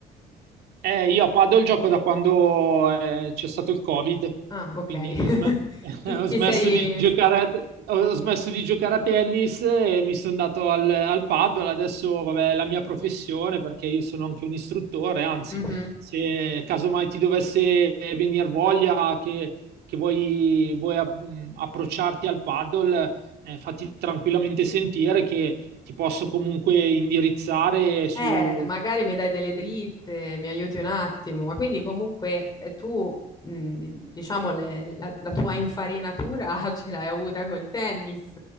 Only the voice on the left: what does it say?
Ah, ok.
<laughs>
Ti,
ti Da sei...
tempo,
Mhm. sì.
Eh, magari mi dai delle dritte, mi aiuti un attimo, ma quindi comunque eh, tu, mh, di- diciamo, le- la, la tua infarinatura <laughs> ce l'hai avuta col tennis,